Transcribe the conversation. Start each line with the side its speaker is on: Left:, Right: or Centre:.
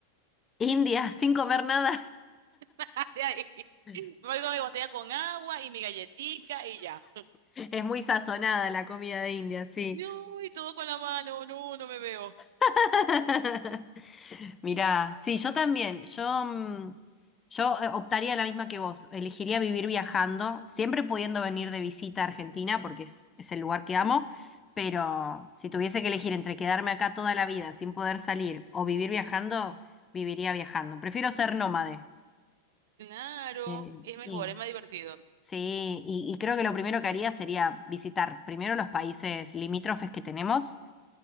Left: India, <laughs> sin comer nada.
Right: <laughs> De ahí,
Left: <laughs>
Right: me voy con mi botella con agua y mi galletica y ya.
Left: Es muy sazonada la comida de India, sí.
Right: No, y todo con la mano, no, no me veo.
Left: <laughs> Mirá, sí, yo también. Yo, mm, yo eh, optaría la misma que vos. Elegiría vivir viajando, siempre pudiendo venir de visita a Argentina, porque es, es el lugar que amo. Pero si tuviese que elegir entre quedarme acá toda la vida sin poder salir o vivir viajando, viviría viajando. Prefiero ser nómade.
Right: Claro,
Left: Eh,
Right: es mejor,
Left: sí,
Right: es más divertido.
Left: sí, y, y creo que lo primero que haría sería visitar primero los países limítrofes que tenemos